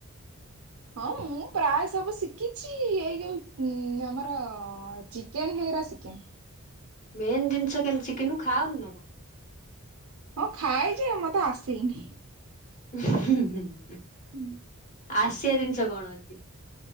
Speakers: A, on the right; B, on the left.
A: ହଁ ମୁଁ ପ୍ରାୟ ସବୁ ଶିଖିଛି ଏଇ ଯୋଉ ଆମର ଚି କେନ୍ ହେଇଗରା ଶିଖିନି।
B: ମେନ୍ ଜିନିଷ କେମିତି ଶିଖିନୁ ଖାଉନି ନା କଣ?
A: ହଁ ଖାଏଯେ ମତେ ଆସେଇନି।
B: ଉଁ ହୁଁ ହୁଁ
A: ହୁଁ।
B: ଆସିଆ ଜିନିଷ କଣ ଅଛି?